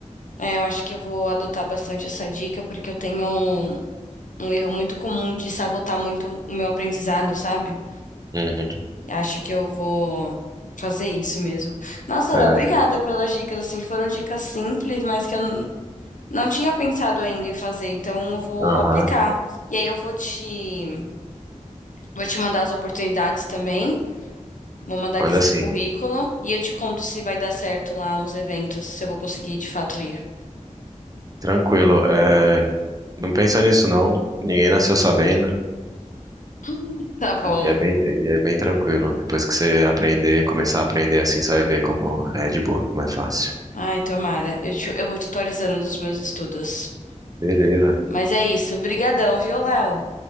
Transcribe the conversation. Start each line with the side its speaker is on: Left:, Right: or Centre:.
Left: É, eu acho que eu vou adotar bastante essa dica, porque eu tenho um, um erro muito comum de sabotar muito o meu aprendizado, sabe?
Right: Uhum.
Left: E acho que eu vou fazer isso mesmo. Nossa,
Right: É,
Left: Léo, obrigada pelas dicas, assim, foram dicas simples, mas que eu n- não tinha pensado ainda em fazer, então eu vou
Right: aham.
Left: aplicar. E aí eu vou te, vou te mandar as oportunidades também, vou mandar
Right: Manda
Left: aqui seu
Right: assim.
Left: currículo, e eu te conto se vai dar certo lá os eventos, se eu vou conseguir de fato ir.
Right: Tranquilo. É, não pensa nisso, não. Ninguém nasceu sabendo.
Left: <laughs> Tá bom.
Right: E é bem, e é bem tranquilo. Depois que você aprender, começar a aprender assim, você vai ver como é de boa, como é fácil.
Left: Ai, tomara. Eu, te- eu vou te atualizando dos meus estudos.
Right: Beleza.
Left: Mas é isso. Brigadão, viu, Léo?